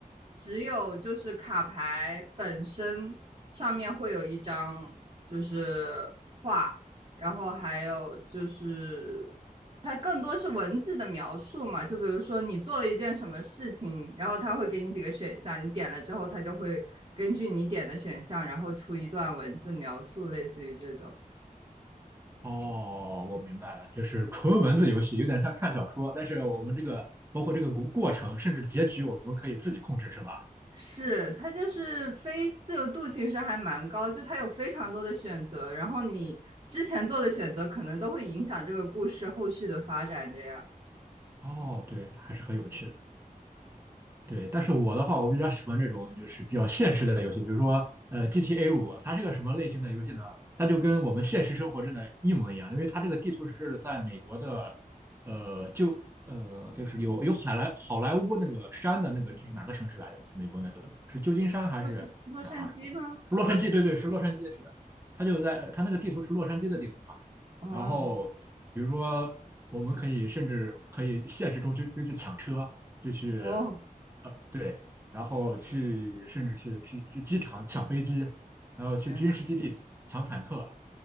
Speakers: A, on the right (about 45°); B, on the right (about 15°).
A: 只有就是卡牌本身上面会有一张就是画，然后还有就是它更多是文字的描述嘛，就比如说你做了一件什么事情，然后它会给你几个选项，你点了之后，它就会根据你点的选项，然后出一段文字描述，类似于这种。
B: 哦，我明白了，就是纯文字游戏，有点像看小说，但是我们这个包括这个过过程，甚至结局，我们可以自己控制，是吧？
A: 是，它就是非自由度其实还蛮高，就它有非常多的选择，然后你之前做的选择可能都会影响这个故事后续的发展。这样，
B: 哦，对，还是很有趣的。对，但是我的话，我比较喜欢这种就是比较现实的游戏，比如说呃 GTA 五，它是个什么类型的游戏呢？它就跟我们现实生活真的一模一样，因为它这个地图是在美国的，呃，就呃就是有有海莱好莱坞那个山的那个，这是哪个城市来着？美国那个是旧金山还是哪儿？
A: 洛杉洛杉矶吗？
B: 洛杉矶，
A: 我也不知道。
B: 对对，是洛杉矶，是的。它就在它那个地图是洛杉矶的地图嘛，
A: 哦
B: 然后比如说我们可以甚至可以现实中去就去抢车，就去
A: 哦，
B: 呃对，然后去甚至去去去机场抢飞机，然后去军事基地抢坦克，
A: 天呐，